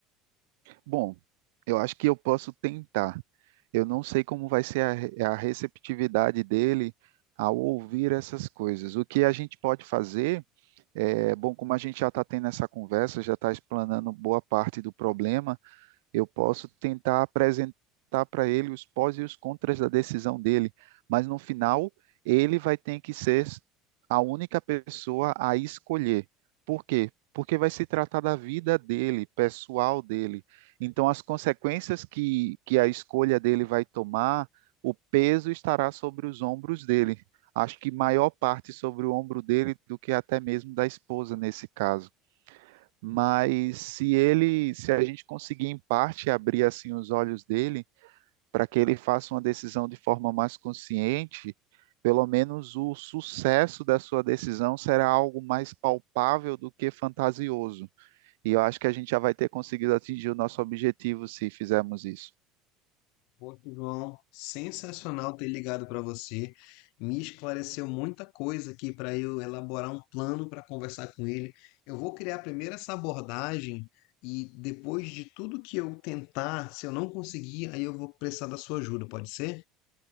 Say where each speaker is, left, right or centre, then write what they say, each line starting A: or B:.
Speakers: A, on the right; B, on the left.
A: Bom, eu acho que eu posso tentar. Eu não sei como vai ser a, a receptividade dele ao ouvir essas coisas. O que a gente pode fazer É, bom, como a gente já está tendo essa conversa, já está explanando boa parte do problema, eu posso tentar apresentar para ele os pós e os contras da decisão dele, mas no final ele vai ter que ser a única pessoa a escolher. Por quê? Porque vai se tratar da vida dele, pessoal dele. Então, as consequências que, que a escolha dele vai tomar, o peso estará sobre os ombros dele. Acho que maior parte sobre o ombro dele do que até mesmo da esposa nesse caso mas se ele, se a gente conseguir em parte abrir assim os olhos dele para que ele faça uma decisão de forma mais consciente, pelo menos o sucesso da sua decisão será algo mais palpável do que fantasioso. E eu acho que a gente já vai ter conseguido atingir o nosso objetivo se fizermos isso.
B: Pô, João, sensacional ter ligado para você. Me esclareceu muita coisa aqui para eu elaborar um plano para conversar com ele. Eu vou criar primeiro essa abordagem e depois de tudo que eu tentar, se eu não conseguir, aí eu vou precisar da sua ajuda, pode ser?